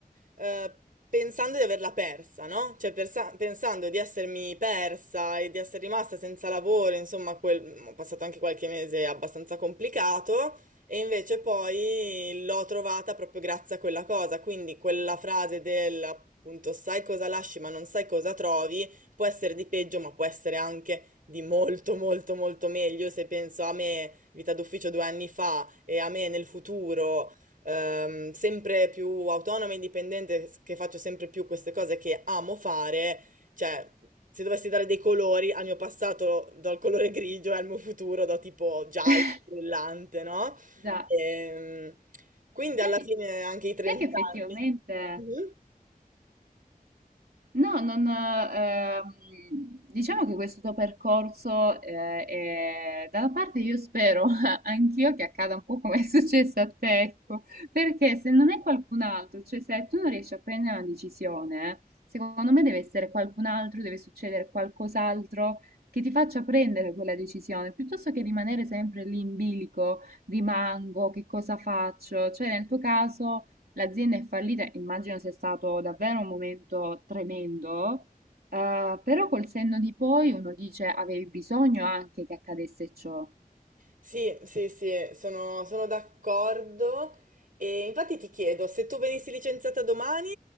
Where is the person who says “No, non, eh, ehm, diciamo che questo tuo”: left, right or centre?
Right